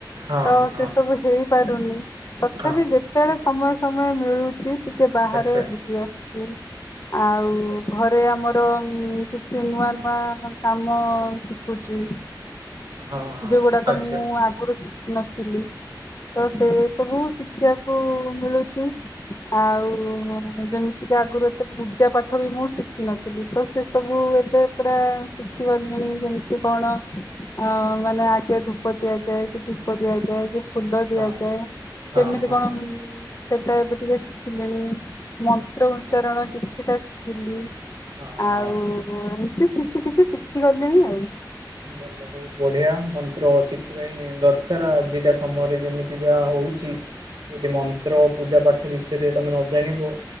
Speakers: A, on the right; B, on the left.
A: ହଁ
B: ତ
A: ହଁ
B: ସେ ସବୁ ହେଇପାରୁନି, ତଥାପି
A: ହଁ
B: ଯେତେବେଳେ ସମୟ ସମୟ ମିଳୁ ଛି ଟିକେ ବାହାରେ
A: ଆଚ୍ଛା
B: ବୁଲି ଆସିଛି ଆଉ
A: ଆଚ୍ଛା
B: ଘରେ ରେ ଆମର କିଛି ନୂଆ ନୂଆ କାମ ଶିଖୁଛି।
A: ହଁ ହଁ
B: ଯୋଉ ଗୁଡ଼ାକ
A: ଆଚ୍ଛା
B: ମୁଁ ଆଗରୁ ଶିଖିନଥିଲି। ତ
A: ଆଚ୍ଛା
B: ସେ ସବୁ ଶିଖିବାକୁ ମିଳୁଛି, ଆଉ
A: ଆଚ୍ଛା
B: ଯେମିତି ତ ଆଗରୁ ଏତେ ପୂଜା ପାଠ ବି ମୁଁ ଶିଖିିନଥିଲି ତ ସେ ସବୁ ଏବେ ପୁରା ଶିଖିଗଲିଣି ଯେମିତି କଣ? ଅ ମାନେ ଆଗେ ଧୂପ ଦିଆଯାଏ କି ଦୀପ ଦିଆଯାଏ କି ଫୁଲ ଦିଆଯାଏ
A: ହଁ ହଁ
B: କେମିତି
A: ହଁ
B: କଣ ସେଟା ଏବେ ଟିକେ ଶିଖିଲିଣି, ମନ୍ତ୍ର ଉଚ୍ଚାରଣ
A: ହଁ
B: କିଛିଟା ଶିଖିଲି।
A: ହଁ
B: ଆଉ
A: ହଁ
B: ଏମିତି କିଛି କିଛି ଶିଖିଗଲିଣି ଆଉ।
A: ଭଲ ଲାଗେ। ବଢ଼ିଆ ମନ୍ତ୍ର ଶିଖିବା ହିଁ ଦରକାର ଆଜିକା ସମୟରେ ଯେମିତି ଯାହା ହଉଛି। ଯଦି ମନ୍ତ୍ର ପୂଜା ପାଠ ବିଷୟରେ ତମେ ନ ଜାଣିବ